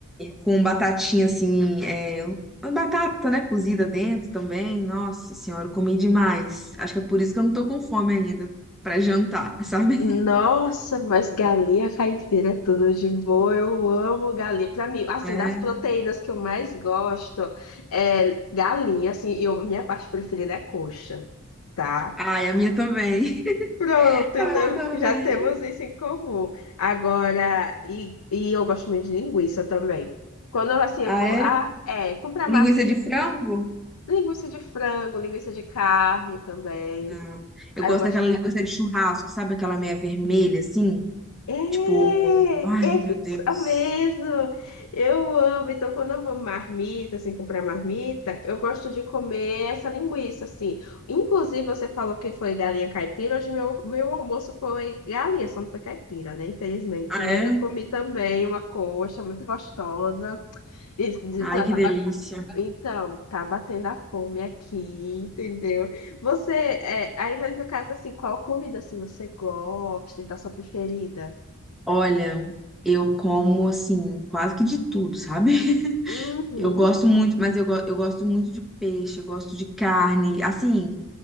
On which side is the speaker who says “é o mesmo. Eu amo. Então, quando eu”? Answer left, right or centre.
Left